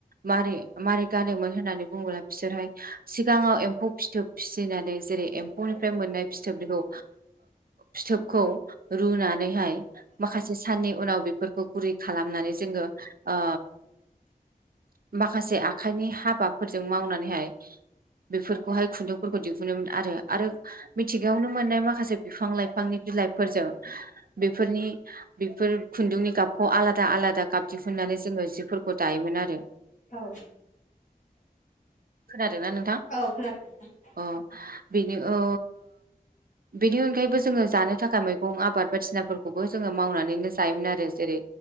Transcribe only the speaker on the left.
औ
औ खोनादों नोंथां।